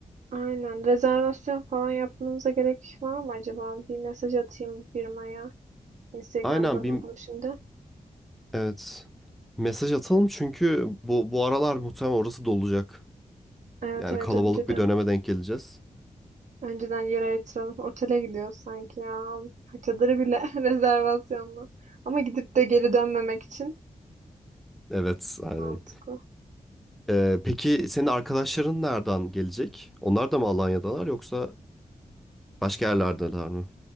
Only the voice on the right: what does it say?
Aynen. Rezervasyon falan yapmanıza gerek var mı acaba? Bir mesaj atayım bu firmaya. Instagram'da
buldum şimdi.
Evet
evet
önceden.
Önceden yer ayırtalım. Otele gidiyoruz sanki ya. Çadırı bile <laughs> rezervasyonla. Ama gidip de geri dönmemek için
mantıklı.